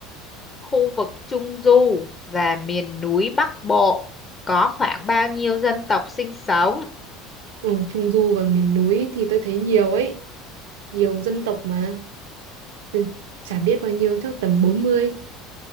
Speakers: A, on the left (about 25°); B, on the right (about 85°).
A: khu vực Trung Du và miền núi Bắc Bộ có khoảng bao nhiêu dân tộc sinh sống?
B: <laughs> ừ, Trung Du và miền núi thì tôi thấy nhiều ấy nhiều dân tộc mà Từ- chả biết bao nhiêu chắc tầm bốn mươi